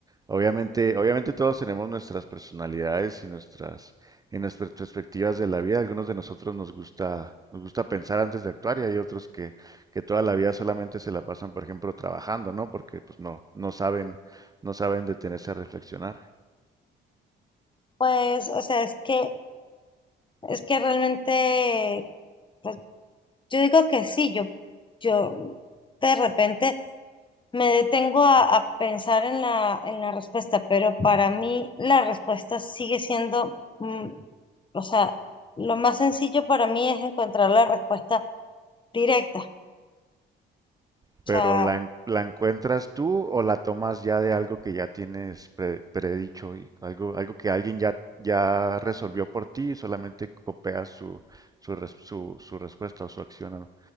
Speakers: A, on the right; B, on the left.
A: Obviamente, obviamente todos tenemos nuestras personalidades y nuestras, y nuestras perspectivas de la vida. Algunos de nosotros nos gusta, nos gusta pensar antes de actuar y hay otros que, que toda la vida solamente se la pasan, por ejemplo, trabajando, ¿no? Porque pues no, no saben, no saben detenerse a reflexionar.
B: pues, o sea, es que, es que realmente, pues, yo digo que sí, yo, yo de repente me detengo a, a pensar en la, en la respuesta, pero para mí la respuesta sigue siendo, mm, o sea, lo más sencillo para mí es encontrar la respuesta directa.
A: Pero
B: O sea,
A: la, en- la encuentras tú o la tomas ya de algo que ya tienes pre- predicho y algo, algo que alguien ya, ya resolvió por ti y solamente copias su, su, res- su, su respuesta o su acción a